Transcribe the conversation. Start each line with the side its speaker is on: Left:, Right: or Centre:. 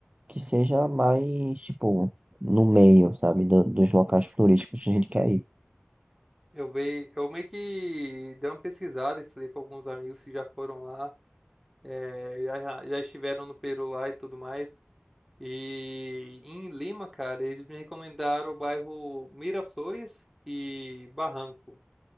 Right: que seja mais, tipo, no meio, sabe, do- dos locais turísticos que a gente quer ir.
Centre: eu, veio, eu meio que dei uma pesquisada e falei com alguns amigos que já foram lá, eh, já, já já estiveram no Peru lá e tudo mais. E em Lima, cara, eles me recomendaram o bairro Miraflores e Barranco.